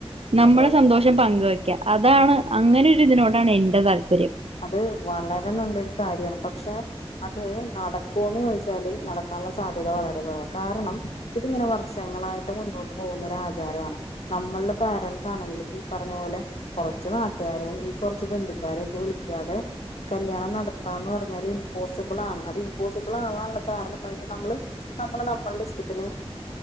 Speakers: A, on the right (about 70°); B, on the left (about 85°).
A: നമ്മുടെ
B: അതെ അതെ
A: സന്തോഷം പങ്ക് ക്ക. അതാണ് അങ്ങനൊ ഒരു ഇതിനോടാണ് എന്റെതാൽപര്യം
B: അത് വളരെ നല്ലൊരു കാര്യാണ് പക്ഷെ അത് നടക്കുമോന്ന് ചോദിച്ചാല് നടക്കാനുള്ള സാധ്യത വളരെ കുറവാ. കാരണം ഇതിങ്ങനെ വർഷങ്ങളായിട്ട് മുന്നോട്ട് പോകുന്നൊരാചാരാണ് നമ്മൾടെ പേരൻസ് ആണെങ്കിലും ഈ പറഞ്ഞ പോലെ കുറച്ച് നാട്ടുകാരെയും ഈ കൊർച്ച് ബന്ധുക്കാരെയൊ ക്കെ വിളി ക്കാതെ കല്യാണം നടത്താന്ന് പറഞ്ഞാല് ഇമ്പോസിബിൾ ആണ് അത് ഇമ്പോസിബിളാവാനുള്ള കാരണം എന്താന്ന് വെച്ചാൽ നമ്മള് നമ്മള് നമ്മളുടെ ഇഷ്ടത്തിന്